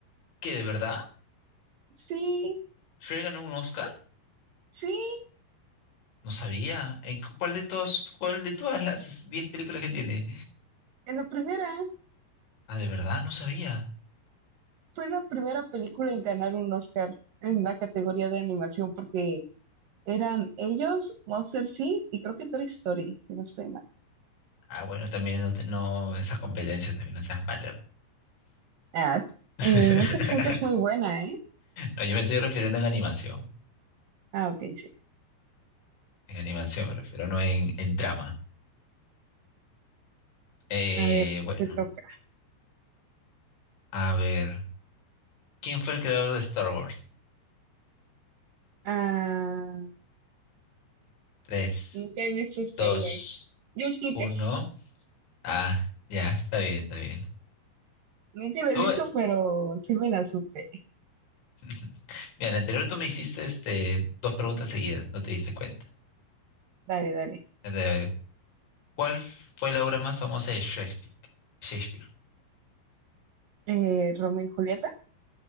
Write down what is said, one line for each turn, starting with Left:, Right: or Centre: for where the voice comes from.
Left: ¿qué de verdad?
Right: Sí,
Left: ¿Shrek ganó un Oscar?
Right: sí,
Left: No sabía. ¿En cu- cuál de todas, cuál de todas las 10 películas que tiene?
Right: en la primera.
Left: Ah, de verdad, no sabía.
Right: Fue la primera película en ganar un Oscar en la categoría de animación porque eran ellos, Monster Inc. y creo que Toy Story, si no estoy mal.
Left: Ah, bueno, también no, te- no esa competencia también no seas malo.
Right: Ah, t-
Left: <laughs>
Right: eh, Monster Inc. es muy buena, ¿eh?
Left: No, yo me estoy refiriendo en animación.
Right: Ah, ok, sí.
Left: En animación me refiero, no en, en trama. Eh,
Right: A ver,
Left: bueno,
Right: te toca.
Left: a ver. ¿Quién fue el creador de Star Wars?
Right: Ah,
Left: Tres,
Right: nunca he visto Star
Left: dos,
Right: Wars. George Lucas.
Left: uno. Ah, ya, está bien, está bien.
Right: Nunca la
Left: Tú,
Right: he visto, pero sí me la supe.
Left: <laughs> mira, en la anterior tú me hiciste este, dos preguntas seguidas, no te diste cuenta.
Right: Dale, dale.
Left: A ver, ¿Cuál fue la obra más famosa de Shakespeare? Shakespeare.
Right: Eh, ¿Romeo y Julieta?